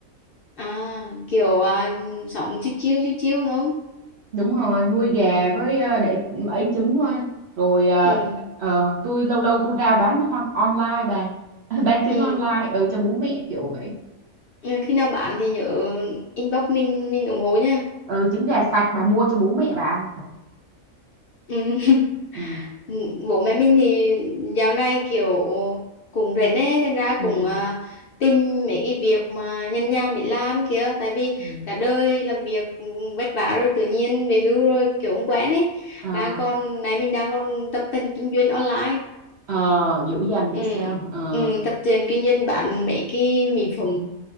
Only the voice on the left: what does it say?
à kiểu à, sống chiếu chiếu chiếu chiếu không
ừ
ừ
Ừ, khi nào bạn thì nhớ inbox mình mình ủng hộ nha
ừ <laughs>
Ừ, bố mẹ mình thì dạo này kiểu cũng rảnh ấy thành ra
cũng à, tìm mấy cái việc mà nhàn nhàn để làm kia tại vì
cả đời làm việc ừ, vất vả rồi tự nhiên về hưu rồi kiểu không quen ấy
đang còn mẹ mình đang còn tập tành kinh doanh online
ừ,
ừ, tập tiền kinh doanh bán mấy cái mỹ phẩm